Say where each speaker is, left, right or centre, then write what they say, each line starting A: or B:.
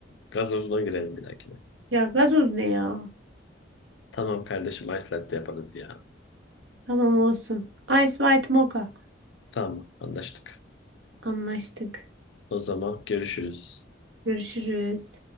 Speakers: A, on the left; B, on the right.
A: Gazozuna girelim bir dahakine.
B: Ya gazoz ne ya?
A: Tamam kardeşim ice latte yaparız ya.
B: Tamam olsun. Ice White Mocha.
A: Tamam anlaştık.
B: Anlaştık.
A: O zaman görüşürüz.
B: Görüşürüz.